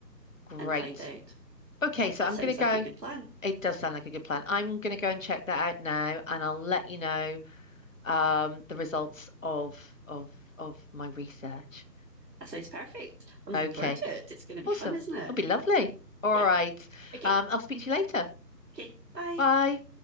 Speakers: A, on the left (about 50°); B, on the right (about 75°).
A: Great.
B: and find out.
A: Okay, so
B: That
A: I'm
B: sounds
A: going to go.
B: like a good plan.
A: It does sound like a good plan. I'm going to go and check that out now, and I'll let you know um, the results of of of my research.
B: That sounds perfect. I'm looking
A: Okay,
B: forward to it. It's going to be
A: awesome.
B: fun, isn't it?
A: It'll be lovely. All
B: Yeah.
A: right.
B: Okay.
A: Um, I'll speak to you later.
B: Okay. Bye.
A: Bye.